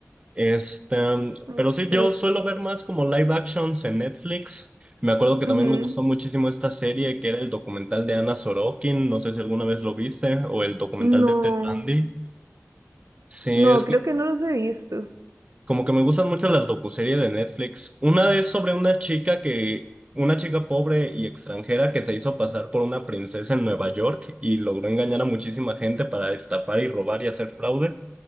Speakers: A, on the right (about 25°); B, on the right (about 80°).
A: Este, um,
B: Ok.
A: pero sí, yo suelo ver más como live actions en Netflix. Me acuerdo que
B: ujú.
A: también me gustó muchísimo esta serie que era el documental de Anna Sorokin, no sé si alguna vez lo viste, o el documental
B: No,
A: de Ted Bundy. Sí,
B: no,
A: es
B: creo
A: que
B: que no los he visto.
A: como que me gustan mucho las docuseries de Netflix. Una es sobre una chica que, una chica pobre y extranjera que se hizo pasar por una princesa en Nueva York y logró engañar a muchísima gente para estafar y robar y hacer fraude